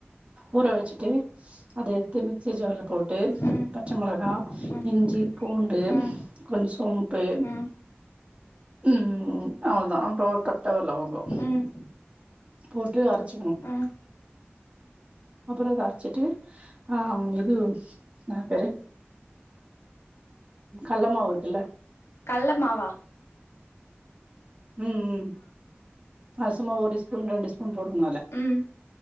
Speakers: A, on the right; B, on the left.
A: ஊற வச்சிட்டு அத எத்து மிக்சி ஜார்ல போட்டு
B: ம்
A: பச்ச மொளகா
B: ம்
A: இஞ்சி பூண்டு
B: ம்
A: கொஞ் சோம்பே
B: ம்
A: ம் அவ்ள்தா அப்றோ பட்ட லவங்கோ
B: ம்
A: போட்டு அரச்சிக்கணு
B: ம்
A: அப்புறோ அத அரச்சிட்டு அ இது இன்னா போரு கல்லமாவுருக்குல்ல
B: கல்லமாவா
A: ம் ம் அது சும்மா ஒரு ஸ்பூன் ரெண்டு ஸ்பூன் போடுங்கனோ அதுல
B: ம்